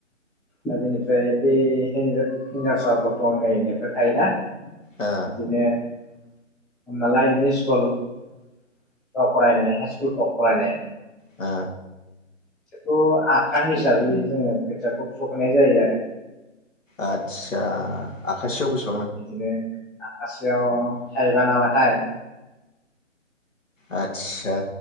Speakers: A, in the centre; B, on the left.
A: दा बेनिफ्राय बे हिन्जाव हिन्जावसा गथ' उन्दै उन्दैफोर थायोना।
B: ओ
A: बिदिनो हमनालाय इमि स्कुलफ्राव फरायनाय हाइ स्कुलफ्राव फरायनाय।
B: ओ
A: खौ आखा हिसाबै जोङो खोथियाखौ फुहोनाय जायो आरो।
B: आतसा आखासि आव बेस
A: बिदिनो आखासेयाव थाइबा नामाथाय।
B: आदसा